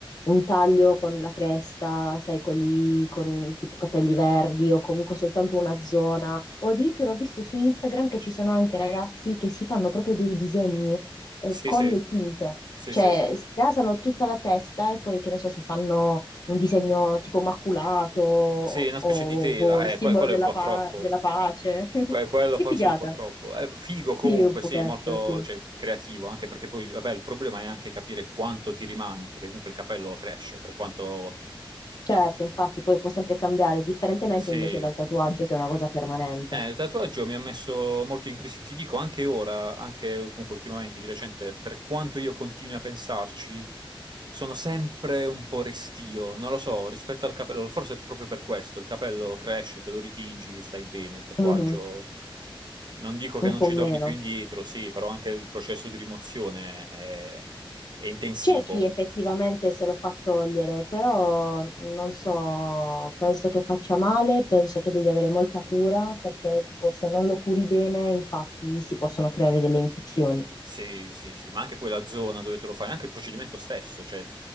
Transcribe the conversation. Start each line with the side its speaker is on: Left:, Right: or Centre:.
Left: un taglio con la cresta, sai, quelli con tipo capelli verdi o comunque soltanto una zona, o addirittura ho visto su Instagram che ci sono anche ragazzi che si fanno proprio dei disegni eh,
Right: sì,
Left: con
Right: sì,
Left: le tinte,
Right: sì,
Left: cioè
Right: sì, sì.
Left: si rasano tutta la testa e poi che ne so, si fanno un disegno tipo maculato
Right: Sì, una specie
Left: o
Right: di tela.
Left: boh, il
Right: Eh,
Left: simbolo
Right: que- quello
Left: della,
Right: è un po'
Left: pa-
Right: troppo.
Left: della pace. <laughs>
Right: Que- quello
Left: Che
Right: forse
Left: figata!
Right: è un po' troppo. Eh, figo
Left: Sì,
Right: comunque,
Left: un pochetto,
Right: sì, molto,
Left: sì.
Right: cioè, creativo, anche perché poi, vabbè, il problema è anche capire quanto ti rimane, perché comunque il capello cresce, per quanto...
Left: Certo, infatti, poi può sempre cambiare, differentemente
Right: Sì,
Left: invece dal tatuaggio, che è una cosa permanente.
Right: Eh, il tatuaggio mi ha messo molto in crisi, ti dico anche ora, anche comunque ultimamente, di recente, per quanto io continui a pensarci, sono sempre un po' restio, non lo so, rispetto al capello, forse è proprio per questo, il capello cresce, te lo ritingi, stai bene, il tatuaggio,
Left: Mhm,
Right: non dico che
Left: Un
Right: non
Left: po'
Right: ci
Left: meno.
Right: torni più indietro, sì, però anche il processo di rimozione è, è intensivo,
Left: C'è chi effettivamente se lo fa togliere, però non so, penso che faccia male, penso che devi avere molta cura, perché tipo se non lo curi bene, infatti si possono creare delle infezioni.
Right: Sì, sì, sì, ma anche poi la zona dove te lo fai, anche il procedimento stesso, cioè